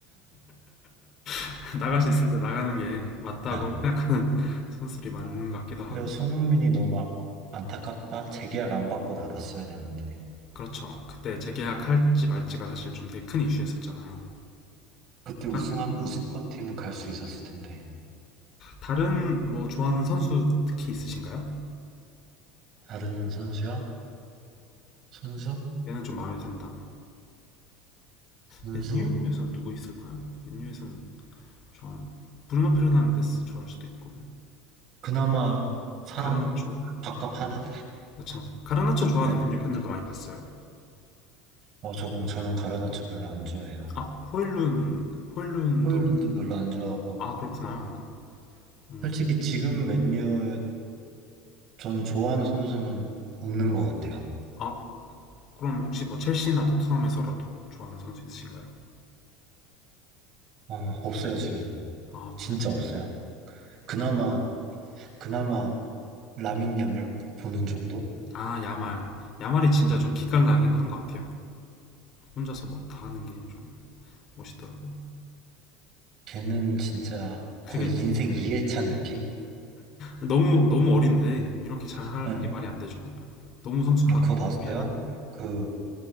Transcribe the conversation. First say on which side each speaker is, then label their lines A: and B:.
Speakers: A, on the left (about 45°); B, on the right (about 45°).
A: <laughs> 나갈 수 있을 때 나가는 게 맞다고
B: 네.
A: 생각하는 <laughs> 선수들이 맞는 것 같기도 하고요.
B: 그래서 손흥민이 너무 아- 안타깝다. 재계약 안 받고 나갔어야 됐는데.
A: 그렇죠. 그때 재계약할지 말지가 사실 좀 되게 큰 이슈였었잖아요.
B: 그때 우승한,
A: 다,
B: 우승권
A: 네.
B: 팀 갈 수 있었을 텐데.
A: 다른 뭐 좋아하는 선수 특히 있으신가요?
B: 다른 선수야? 선수?
A: 얘는 좀 마음에 든다.
B: 선수.
A: 맨유에서는 누구 있을까요? 맨유에서는 좋아하는 브루노 페르난데스 좋아할 수도 있고
B: 그나마 사람
A: 가르나초
B: 밥값하는?
A: 그렇죠. 가르나초 좋아하는
B: 네.
A: 맨유 팬들도 많이 봤어요.
B: 어, 저, 저는 가르나쳐 별로 안 좋아해요.
A: 아, 호일룬, 호일룬도,
B: 호일랜드 별로 안 좋아하고.
A: 아, 그렇구나. 음,
B: 솔직히 지금 맨유 저는 좋아하는 선수는 없는 것 같아요.
A: 아, 그럼 혹시 뭐 첼시나 토트넘에서라도 좋아하는 선수 있으신가요?
B: 어, 없어요, 지금.
A: 아,
B: 진짜
A: 그렇,
B: 없어요. 그나마, 그나마 라민 얌을 보는 정도?
A: 아, 야말. 야말이 진짜
B: 네.
A: 좀 기깔나긴 한 것 같아요. 혼자서 막 다 하는 게 좀 멋있더라고요.
B: 걔는 진짜 거의
A: 그게
B: 인생 2회차 느낌?
A: 너무, 너무 어린데, 이렇게 잘 하는
B: 네.
A: 게 말이 안 되죠. 약간. 너무 성숙하게,
B: 아, 그거 봤어요?
A: 프리한.
B: 그,